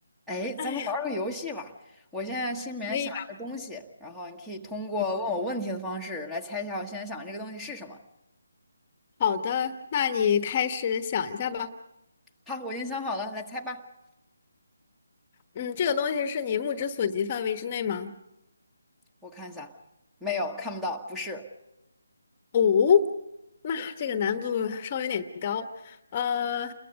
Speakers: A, in the centre; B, on the left.
A: 哎，咱们玩儿个游戏吧。
B: 哎呀，
A: 我现在心里面想一个东西，
B: 可以呀，
A: 然后你可以通过问我问题的方式来猜一下我现在想的这个东西是什么。
B: 嗯，好的，那你开始想一下吧。
A: 好，我已经想好了，来猜吧。
B: 嗯，这个东西是你目之所及范围之内吗？
A: 我看一下，没有，看不到，不是。
B: 哦，那这个难度稍微有点高。呃，